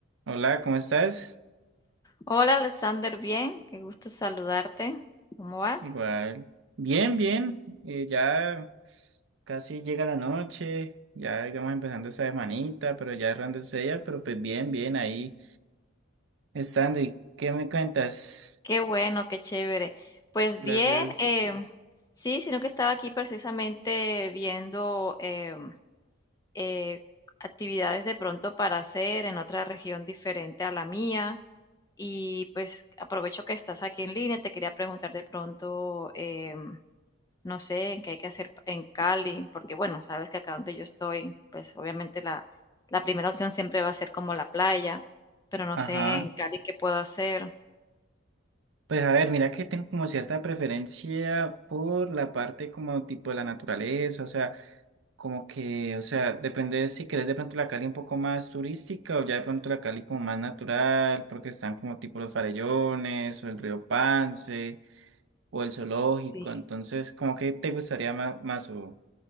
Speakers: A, on the right (about 65°); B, on the left (about 15°).
A: Hola, ¿cómo estás?
B: Hola Alexander, bien, qué gusto saludarte. ¿Cómo vas?
A: Igual. Bien, bien. eh, ya casi llega la noche, ya digamos empezando esta semanita, pero ya errándose ella, pero pues bien, bien, ahí estando. ¿Y qué me cuentas?
B: Qué bueno, qué chévere. Pues
A: Gracias.
B: bien, em, sí, sino que estaba aquí precisamente viendo em, eh, actividades de pronto para hacer en otra región diferente a la mía y pues aprovecho que estás aquí en línea, te quería preguntar de pronto em, no sé, qué hay que hacer en Cali, porque bueno, sabes que acá donde yo estoy, pues obviamente la, la primera opción siempre va a ser como la playa, pero no sé
A: Ajá.
B: en Cali qué puedo hacer.
A: Pues a ver, mira que tengo como cierta preferencia por la parte como tipo de la naturaleza, o sea. Como que, o sea, depende de si querés de pronto la Cali un poco más turística o ya de pronto la Cali como más natural, porque están como tipo los farellones o el río Pance o el zoológico.
B: Sí.
A: Entonces, como que te gustaría más, más o...